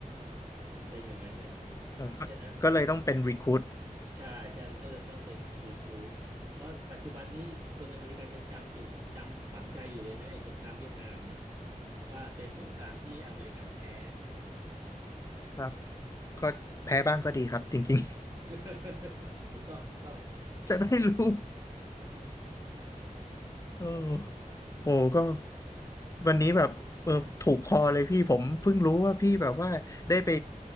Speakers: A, on the right; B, on the left.
A: มันเป็นอย่างนั้นน่ะ
B: อืมก็ก็เลยต้องเป็นรีคู
A: เพราะฉะนั้นตอน
B: t
A: ใช่ใช่มันก็เลยต้องเป็นรีครูทเพราะปัจจุบันนี้คนอเมริกันยังจำอยู่จำฝังใจอยู่เลยนะไอ้สงครามเวียดนามเนี่ยว่าเป็นสงครามที่อเมริกันแพ้
B: ครับก็แพ้บ้างก็ดีครับจริง
A: <laughs> ถูกต้องถูกต้อง
B: ๆ <laughs> จะได้รู้เออโอ้ก็วันนี้แบบเออถูกคอเลยพี่ผมเพิ่งรู้ว่าพี่แบบว่าได้ไป